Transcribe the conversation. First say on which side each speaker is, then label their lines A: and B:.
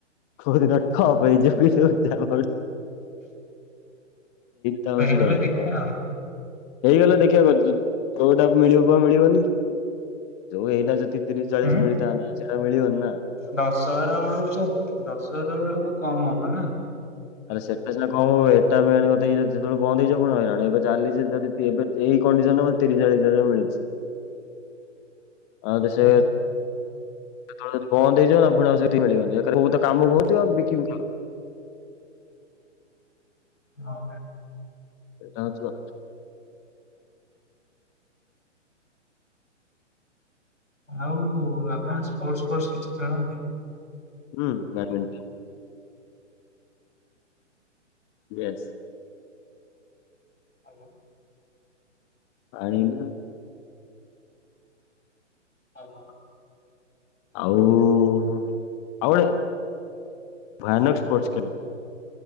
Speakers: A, on the left (about 25°); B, on the left (about 85°).
A: କୋଉଦିନ ଠପ ହେଇଯିବ <inaudible> ସେଇ ଟା
B: ହେଇଗଲେ
A: ହଉଛି ଡର
B: ଦେଖିବା
A: ନ
B: ଆଉ।
A: ହେଇଗଲେ ଦେଖିବା ବ ଯୋ କୋଉଟା ମିଳିବ ମିଳିବନି। ଯୋଉ ଏଇଟା ଯେତିକି ତିରିଶ ଚାଳିଶ
B: ଉଁ
A: ମିଳିଥାନ୍ତା ସେଇଟା ମିଳିବନି ନା।
B: ଦଶହରା ବେଳକୁ ଦଶହରା ବେଳକୁ କମ୍ ହବ ନା।
A: ଆରେ ସେଟା ସିନା କମ୍ ହବ ଏଟା ମେନ୍ ମତେ ଇଏ ଯେତେବେଳେ ବନ୍ଦ୍ ହେଇଯିବ ପୁଣି ହାଇରାଣ ଏବେ ଚାଲିଛି ଯଦି। ଏବେ ଏଇ କଣ୍ଡିସନରେ ମୋର ତିରିଶ ଚାଳିଶ ହଜାର ମିଳିଛି ଆ ଉ ଯଦି ସେ
B: ଓହୋ
A: କେତେବେଳେ ଯଦି ବନ୍ଦ ହେଇଯିବ ନା ଫୁଣି ଆଉ ସେତିକି ମିଳିବନି ଏକ ରେ କୋଉ ତ କାମକୁ ହଉନଥିବ ଆଉ ବିକିିବି କଣ।
B: ହଁ।
A: ସେଇଟା ହେଉଛି କଥା।
B: ଆଉ ଆପଣ ସ୍ପୋର୍ଟ ଫୋର୍ସ କିଛି ଖେଳନ୍ତି।
A: ହୁଁ ବାରମେଣ୍ଟି। ୟେସ।
B: ଆଉ କଁ।
A: ଆଣିବି ନା।
B: ଆଉ କଁ କ।
A: ଆଉ ଆଉ ଗୋଟେ ଭୟାନକ ସ୍ପୋର୍ଟସ ଖେଳେ।